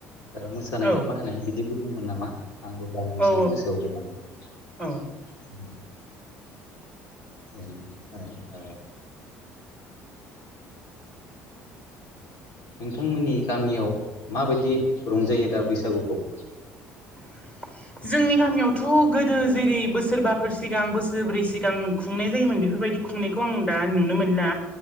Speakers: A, on the left; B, on the left.
A: आरो मोसानाय
B: औ
A: ना मा होनो बिदिबो दंमोन नामा आंबो बारा
B: औ
A: एसां गोसोआव गैला। उम
B: औ
A: आमफ्राय ओ नोंथांमोननि गामियाव माबायदि रंजायो दा बैसागुखौ?
B: <unintelligible> जोंनि गामियावथ' गोदो जेरै बोसोरबाफोर सिगां बोसोरब्रै सिगां खुंनाय जायोमोन बेफोरबाय दि खुंनायखौ आं दा नुनो मोनला।